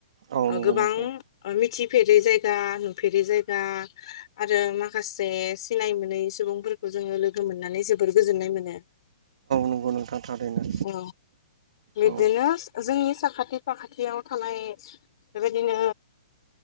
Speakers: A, on the right; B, on the left.
A: औ नंगौ
B: गोबां
A: नोंथां
B: मिथिफेरै जायगा नुफेरै जायगा आरो मा माखासे सिनाय मोनै सुबुंफोरखौ जोङो लोगो मोननानै जोबोर गोजोननाय मोनो। औ
A: नंगौ नोंथां थारैनो
B: बिदिनो
A: औ
B: जोंनि साखाथि फाखाथियाव थानाय बेबायदिनो